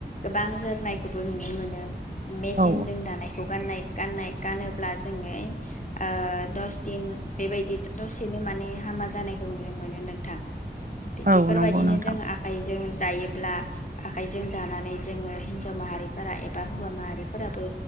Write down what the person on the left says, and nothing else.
गोबां जोरनायखौबो नुनो मोनो। मेचिनजों
दानायखौ गाननाय गाननाय गानोब्ला जोङो ओ दस दिन बेबायदि दसेनो माने हामा जानायखौ नुनो मोनो नोंथां।
बेफोर
बायदिनो
जों आखाइजों दायो। अब्ला आखाइजों दानानै जोङो हिनजाव माहारिफोरा एबा हौवा माहारिफोराबो